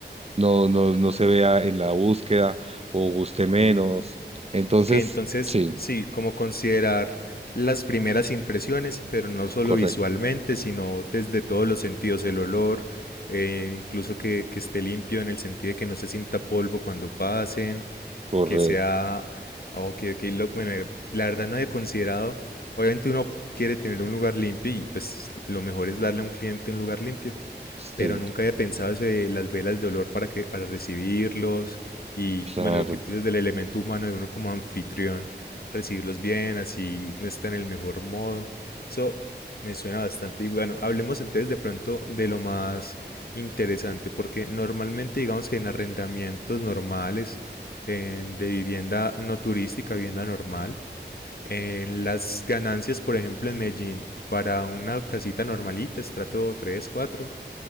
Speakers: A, on the right; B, on the left.
A: no, no, no se vea en la búsqueda o guste menos.
B: Ok.
A: Entonces,
B: Ok, entonces
A: sí,
B: sí, como considerar las primeras impresiones, pero no solo
A: correcto,
B: visualmente, sino desde todos los sentidos, el olor, eh, incluso que, que esté limpio en el sentido de que no se sienta polvo cuando pasen,
A: correcto,
B: que sea, ok, ok, lo- bueno, eh, la verdad no había considerado, obviamente uno quiere tener un lugar limpio y pues lo mejor es darle a un cliente un lugar limpio
A: sí,
B: pero nunca había pensado eso de las velas de olor para que, para recibirlos y
A: claro.
B: bueno, lo que tú dices del elemento humano de uno como anfitrión, recibirlos bien, así no está en el mejor modo. Eso me suena bastante. Y bueno, hablemos entonces de pronto de lo más interesante, porque normalmente digamos que en arrendamientos normales eh, de vivienda no turística, vivienda normal, eh, las ganancias, por ejemplo, en Medellín, para una casita normalita, estrato 3 cuatro